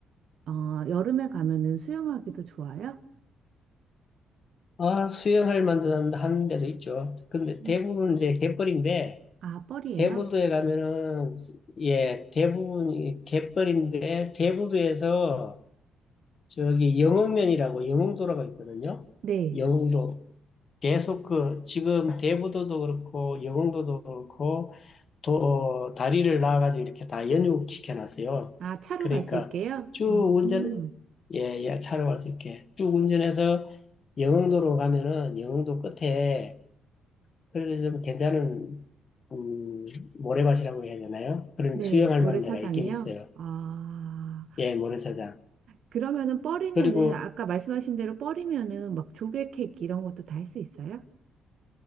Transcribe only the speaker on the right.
어, 여름에 가면은 수영하기도 좋아요?
음.
아, 뻘이에요?
네.
아, 차로
갈 수 있게요?
음,
네.
모래사장이요?
아,
그러면은 뻘이면은
아까 말씀하신 대로 뻘이면은 막 조개 케이크 이런 것도 다 할 수 있어요?